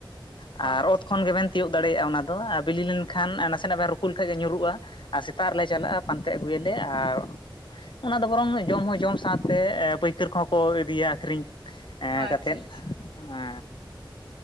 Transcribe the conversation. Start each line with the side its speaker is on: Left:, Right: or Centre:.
Left: ᱟᱨ
Right: ᱟᱪᱪᱷᱟ
Left: ᱚᱛ ᱠᱷᱚᱱ ᱜᱮᱵᱮᱱ ᱛᱤᱭᱳᱜ ᱫᱟᱲᱮᱭᱟᱜᱼᱟ ᱚᱱᱟ ᱫᱚ ᱟ ᱵᱤᱞᱤ ᱞᱮᱱᱠᱷᱟᱱ ᱱᱟᱥᱮᱱᱟᱜ ᱵᱮᱱ ᱨᱩᱠᱩ ᱞᱮᱠᱷᱟᱡ ᱜᱮ ᱧᱩᱨᱩᱜᱼᱟ᱾ ᱟᱨ ᱥᱮᱛᱟᱜ ᱨᱮᱞᱮ ᱪᱟᱞᱟᱜᱟ ᱯᱟᱱᱛᱮ ᱟᱹᱜᱩᱭᱟᱞᱮ ᱟᱨ ᱚᱱᱟ ᱫᱚ ᱵᱚᱨᱚᱝ ᱡᱚᱢ ᱦᱚᱸ ᱡᱚᱢ ᱥᱟᱶᱛᱮ ᱮ ᱯᱟᱹᱭᱠᱟᱹᱨ ᱠᱚᱦᱚᱸ ᱠᱚ ᱤᱫᱤᱭᱟ ᱟᱠᱷᱨᱤᱧ᱾ ᱮᱸ
Right: ᱟᱪᱪᱷᱟ
Left: ᱠᱟᱛᱮᱫ
Right: ᱟᱪᱪᱷᱟ
Left: ᱮᱸ